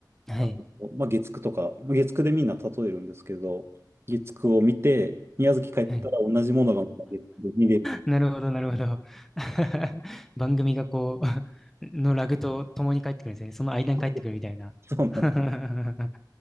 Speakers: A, in the centre; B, on the right (about 35°).
A: はい。
B: あのまあ、月9とか、月9でみんな例えるんですけど、月9を見て、宮崎帰ったら同じものがまた月9で見れる。
A: はい。なるほど、なるほど。<laughs> 番組がこう、<laughs> のラグと共に帰ってくるんですね。その間に帰ってくるみたいな。
B: <laughs> そうなんです。
A: <laughs>